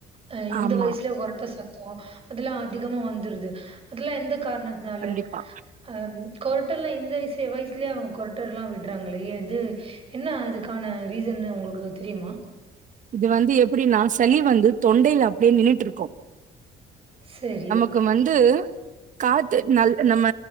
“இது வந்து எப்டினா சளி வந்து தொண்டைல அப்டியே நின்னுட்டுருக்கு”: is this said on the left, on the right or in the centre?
Right